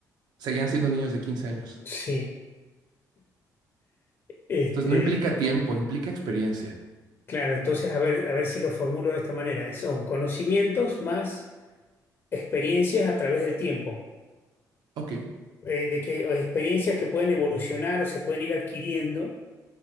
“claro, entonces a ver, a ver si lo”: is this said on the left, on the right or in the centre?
Left